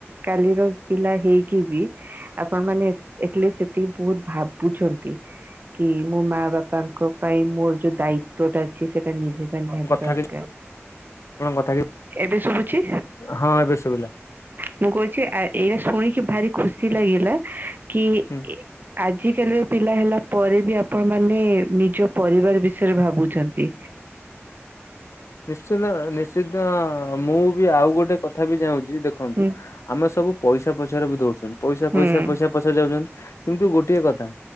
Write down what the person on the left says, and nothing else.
କଥା
କି ଆପଣଙ୍କ କଥା କି
ହଁ ଏବେ ଶୁଭିଲା।
ହୁଁ
ନିଶ୍ଚିତ ନିଶ୍ଚିତ ମୁଁ ବି ଆଉ ଗୋଟେ କଥା ବି ଚାଁହୁଛି ଦେଖ ଖନ୍ତୁ
ଆମେ ସବୁ ପଇସା ପଛରେ ବି ଦଉଛନ୍ତି ପଇସା
ପଇସା ପଇସା ପ ଯାଉଛନ୍ତି କିନ୍ତୁ ଗୋଟିଏ କଥା